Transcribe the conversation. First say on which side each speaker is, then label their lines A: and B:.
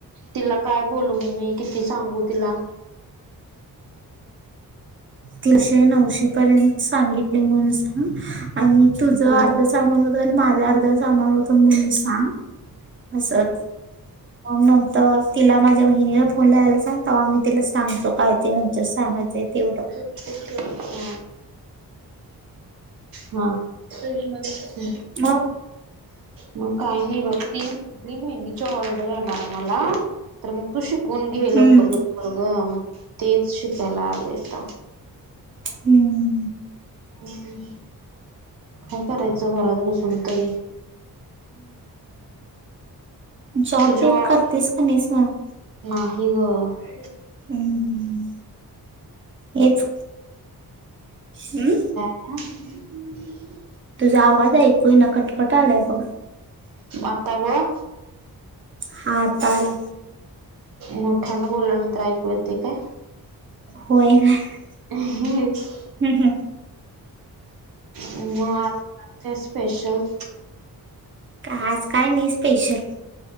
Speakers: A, on the right; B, on the right.
A: तिला काय बोलू मग मी किती सांगू तिला?
B: तीनशे नऊशे पर्यंत सांगितले म्ह सांग आणि तुझ
A: ह
B: अर सामान होत आणि माझा अर्धा सामान होतं म्हण म सांग असच. मग नंतर तिला माझ्या बहिणीला फोन लायला सांगता आम्ही तिला सांगतो काय ते नंतर सांगाय तेती उठ
A: तिथेच ठेव. हा फ्र्रीज मध्ये
B: मग
A: मग काय नाही बघतीली मेहंदीची ऑर्डर येणार आहे मला.. तर मग तू शिकून घे
B: हम्म
A: ल उकर ल वग मग तेच शिकायला आलयेत.
B: हम्म.
A: हम्म, काय करायचं घरात बसून तरी?
B: जॉब
A: तुझ्या
B: बीब
A: ऑर्डर
B: करतेस की नाहीस मग?
A: नाही ग.
B: हम्म हेच हम्म.
A: <unintelligible>
B: तुझा आवाज ऐकू येईना कटकट आलाय बघ
A: आता बघ
B: हा आता आला.
A: मोठ्यान बोलल्यानंतर ऐकू येते काय?
B: होयग हम्
A: मग
B: हम्.
A: मग आ काय स्पेशल?
B: का आज काय नाही स्पेशल.